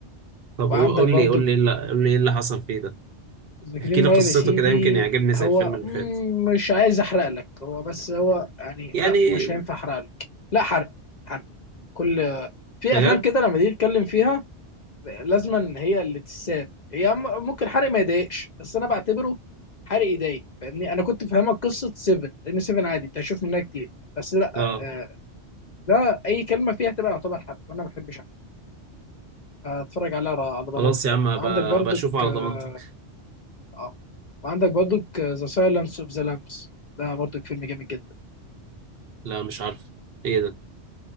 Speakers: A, on the right; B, on the left.
A: طب
B: وعندك
A: قو- قول
B: برضو
A: لي قول لي إيه اللي- قول لي ايه اللي حصل فيه ده
B: ذا جرين
A: احكي لي
B: مايل
A: قصته
B: يا سيدي
A: كده يمكن يعجبني زي
B: هو
A: الفيلم اللي
B: مم،
A: فات
B: مش عايز احرق لك هو بس هو يعني
A: يعني
B: لا مش هينفع احرق لك لا حرق حرق كل في
A: بجد
B: افلام كده لما تيجي تتكلم فيها لازما هي اللي تتساب هي م- ممكن حرق ما يضايقش بس انا بعتبره حرق يضايق فاهمني انا كنت فاهمك قصه 7 لان 7 عادي انت هتشوف منها كتير بس لا
A: اه
B: آه، ده اي كلمه فيها تبقى يعتبر حرق وانا ما بحبش احرق هتفرج عليها را- على ضمانتي
A: خلاص يا
B: يعني
A: عم هبقى
B: وعندك برضك
A: هبقى اشوفه على
B: اه
A: ضمانتك
B: آه، وعندك برضك ذا سايلنس اوف ذا لامبس ده برضك فيلم جامد جدا
A: لا مش عارف ايه ده